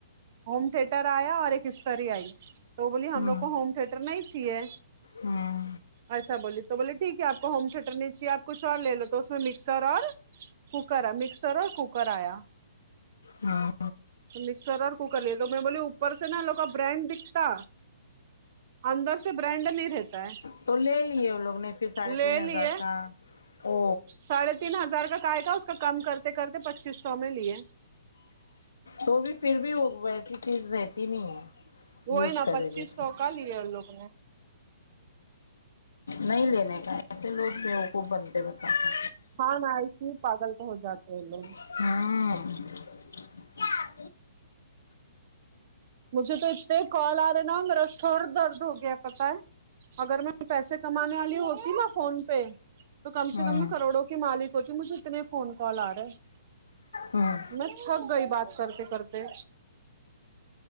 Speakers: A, on the right (about 45°); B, on the left (about 80°).
A: ہوم تھیٹر آیا اور ایک استری آئی تو وہ بولیے ہم
B: ہاں
A: لوگ کو ہوم تھیٹر نہیں چاہے
B: ہاں
A: ایسا بولیے تو بولے ٹھیک ہے آپ کو ہوم تھیٹر نہیں چاہے آپ کچھ اور لے لو تو اس میں مکسر اور کوکر ہے مکسر اور کوکر آیا
B: ہاں
A: مکسر اور کوکر لے تو میں بولی اوپر سے نہ لوگ برانڈ دکھتا اندر سے برانڈ نہیں رہتا ہے
B: تو لے لیے وہ لوگ نے پھر ساڑھے
A: لے
B: تین
A: لیے
B: ہزار کا او
A: ساڑھے تین ہزار کا کاہے گا اس کا کم کرتے کرتے پچیس سو میں لیے
B: تو بھی پھر بھی وہ ویسی چیز رہتی نہیں ہے
A: وہی
B: یوز
A: نا
B: کرے
A: پچیس
B: جیسے
A: سو کا لیے ان لوگ نے
B: نہیں لینے کا ایسے لوگ بوقوف بنتے بتاؤ
A: ہاں نہ ایسے ہی پاگل تو ہو جاتے ہیں لوگ
B: ہوں کیا <inaudible>
A: مجھے تو اتنے کال آ رہا نا میرا سر درد ہو گیا پتا ہے اگر میں پیسے کمانے والی ہوتی نا فون پہ تو کم
B: ہاں
A: سے کم میں کروڑوں کی مالک ہو تی مجھے اتنے فون کال آ رہے
B: ہاں
A: میں تھک گئی بات کرتے کرتے